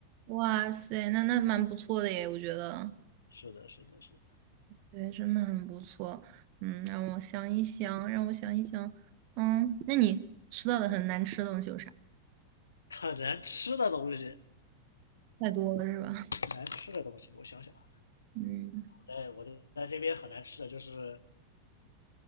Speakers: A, on the right (about 45°); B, on the left (about 75°).
A: 哇塞，那那蛮不错的耶，我觉得，
B: 是的，是的，是的，
A: 对，真的很不错。嗯，让我想一想，让我想一想。嗯，那你吃到的很难吃的东西有啥？
B: 很难吃的东西，
A: 太多了是吧？
B: 很难吃的东西，我想想啊，
A: 嗯。
B: 哎，我在这边很难吃的就是